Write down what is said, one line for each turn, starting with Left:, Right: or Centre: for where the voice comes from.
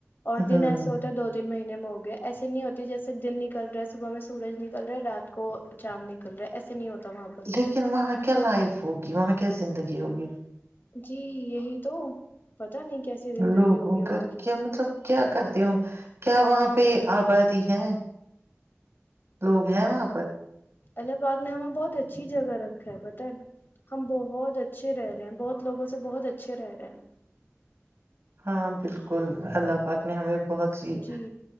Left: اور دن
Right: ہوں
Left: ایسے ہوتا ہے دو دن مہینے ہو گیا ایسے نہیں ہوتی جیسے دن نکل رہا ہے صبح میں سورج نکل کل رہا ہے رات کو چاند نکل رہا ہے ایسے نہیں ہوتا وہاں پر
Right: لیکن وہاں کیا لائف ہوگی وہاں کیا زندگی ہوگی
Left: جی یہی تو پت نہیں کیسی زندگی
Right: لوگوں
Left: ہوگی وہاں
Right: کا
Left: کی
Right: کیا مطلب کیا کرتے ہوں کیا وہاں پہ آبادی ہے لوگ ہیں وہاں پر
Left: ال باغ نے ہمیں بہت اچھی جگہ رکھا ہے بت ہے ہم بہت اچھے رہ رہے ہیں بہت لوگوں سے بہت اچھے رہ رہے ہیں
Right: ہاں بالکل اللہ پاک نے ہمیں بہت سی
Left: جی